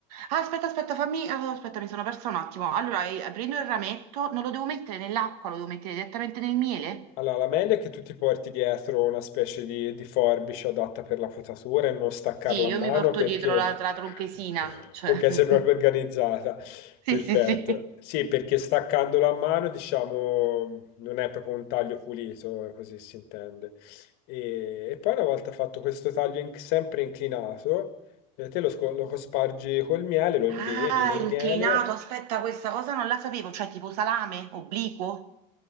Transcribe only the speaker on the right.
Ah, aspetta, aspetta, fammi... ah, Aspetta, mi sono persa un attimo. Allora, eh, prendo il rametto, non lo devo mettere nell'acqua, lo devo mettere direttamente nel miele?
Sì, io
mi porto
dietro la, la tronchesina,
cioè...
<laughs>
Sì,
sì, sì.
<laughs> Ah,
inclinato,
aspetta, questa cosa non la sapevo, cioè tipo salame, obliquo,